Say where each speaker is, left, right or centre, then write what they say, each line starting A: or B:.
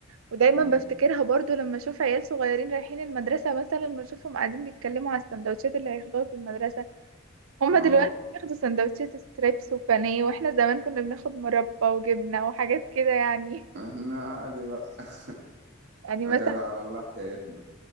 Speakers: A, on the right; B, on the right.
A: ودايما
B: مم.
A: بفتكرها برضو لما اشوف عيال صغيرين رايحين المدرسة مثلا بشوفهم قاعدين بيتكلموا على السندوتشات اللي هياخدوها في المدرسة هما
B: اه
A: دلوقتي بياخدوا سندوتشات ستريبس وبانيه واحنا زمان كنا بناخد مربى وجبنة وحاجات كده يعني
B: احنا عادي بقى <laughs>
A: <laughs> يعني
B: احنا
A: مثلا
B: كده على الله حكايتنا